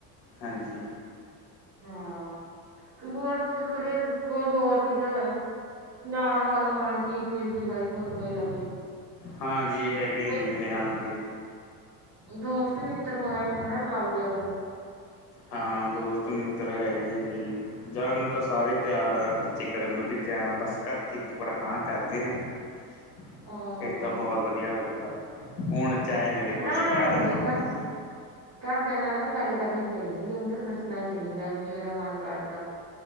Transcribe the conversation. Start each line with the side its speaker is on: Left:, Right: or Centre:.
Left: ਹਾਂਜੀ
Right: ਹਾਂ। ਹੋਰ ਪਰੇ ਕੋਈ ਹੋਰ ਨੀ, ਤਾਂ ਨਾਲ ਹਾਂਣੋ ਹਾਂਣ ਠੀਕ, ਮਿਲ ਜੂਗਾ ਤੁਹਾਨੂੰ ਕੋਈ ਨਾ ਕੋਈ
Left: ਹਾਂਜੀ ਹੈਗੇ
Right: ਕੋਈ
Left: ਆ ਜੀ ਮੇਰੇ ਆਣ ਕੇ
Right: ਦੋਸਤ ਮਿੱਤਰ ਹੋਣਾ ਉਹਨਾਂ ਨਾਲ ਬਗਜੀਆ ਕਰੋ
Left: ਹਾਂ ਦੋਸਤ ਮਿੱਤਰ ਹੈਗੇ ਆ ਜੀ ਜਾਣ ਨੂੰ ਤਾਂ ਸਾਰੇ ਤਿਆਰ ਆ, ਖਰਚੇ ਕਰਨ ਨੂੰ ਵੀ ਤਿਆਰ ਆ ਬਸ ਕਰਕੇ ਇੱਕ ਵਾਰ ਹਾਂ ਕਰਦੇ ਨ <inaudible> <inaudible>
Right: ਹਾਂ
Left: ਫਿਰ ਤਾਂ ਬਹੁਤ ਵਧੀਆ ਹੋਜੂਗਾ ਹੁਣ ਚਾਹੇ ਮੇਰੇ
Right: ਮਨਾ
Left: ਕੋਲ ਸਰਕਾਰੀ
Right: ਲਿਆ ਕਰੋ
Left: ਨੌਕਰੀ
Right: ਜੀ ਘਰ ਘਰਦਿਆਂ ਨਾਲ ਨਾ ਗੱਲ ਕਰਨੀ ਚਾਹੀਦੀ ਹੈ ਉਹਨਾਂ ਨੂੰ ਦੱਸਣਾ ਚਾਹੀਦਾ ਵੀ ਮੇਰਾ ਮਨ ਕਰਦਾ